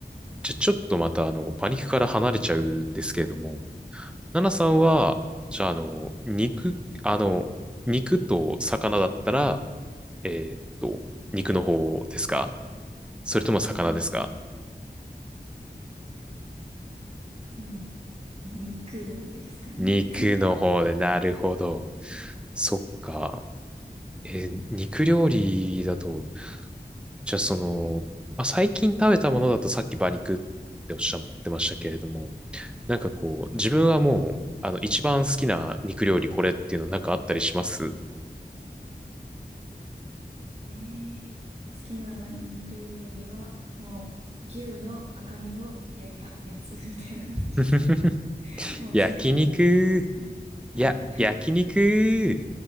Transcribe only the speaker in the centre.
じゃ、ちょっとまたあの、パニックから離れちゃうんですけれども、ナナさんは、じゃああの、肉、あの、肉と魚だったら、えーっと、肉の方ですかそれとも魚ですか
肉の方で、なるほど。そっか。え、肉料理だと、じゃあその、まあ、最近食べたものだとさっき馬肉っておっしゃってましたけれども、なんかこう、自分はもう、あの、一番好きな肉料理これっていうのなんかあったりします
<laughs>
焼肉。
いや、焼肉。